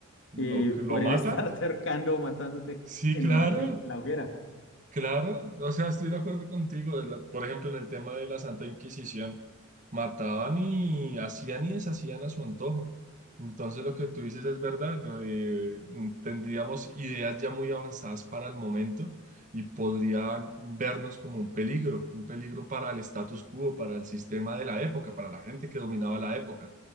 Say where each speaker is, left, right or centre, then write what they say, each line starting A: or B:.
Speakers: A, on the right; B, on the left.
A: lo,
B: Y
A: lo
B: podrían
A: matan,
B: <laughs> estar acercando o matándote
A: sí,
B: en,
A: claro.
B: un la- en la hoguera.
A: Claro, o sea, estoy de acuerdo contigo. de la- por ejemplo, en el tema de la Santa Inquisición, mataban y hacían y deshacían a su antojo. Entonces, lo que tú dices es verdad. eh, tendríamos ideas ya muy avanzadas para el momento y podrían vernos como un peligro, un peligro para el status quo, para el sistema de la época, para la gente que dominaba la época.